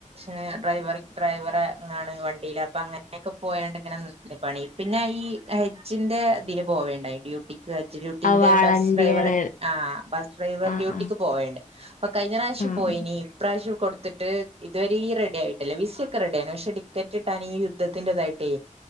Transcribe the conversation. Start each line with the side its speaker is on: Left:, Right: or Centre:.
Right: <unintelligible> ഡ്രൈവർ ഡ്രൈവറാണ് വണ്ടിയില് അപ്പൊ അങ്ങനെയൊക്കെ പോയണ്ട് ഇങ്ങനെ നിക്ക് <unintelligible> പണി പിന്നെ ഈ ഹെജ്ജിന്റെ ഇതിന് പോവേണ്ടായി, ഡ്യൂട്ടി <unintelligible> ഡ്യൂട്ടിന്റെ
Left: ആ വാളണ്ടിയർ
Right: ബസ് ഡ്രൈവർ. ആ ബസ് ഡ്രൈവർ
Left: ആഹ്
Right: ഡ്യൂട്ടിക്ക്
Left: ആഹ്
Right: പോയേണ്ട്. അപ്പൊ കയിഞ്ഞറാശ്യം
Left: ആഹ്
Right: പോയിനി ഇപ്രാവശ്യം കൊടുത്തിട്ട് ഇതുവരീം റെഡി ആയിട്ട്ല്ല. വിസയൊക്കെ റെഡിയായി പക്ഷെ ടിക്കറ്റ് കിട്ടാന് ഈ യുദ്ധത്തിന്റെ ഇതായിട്ടേ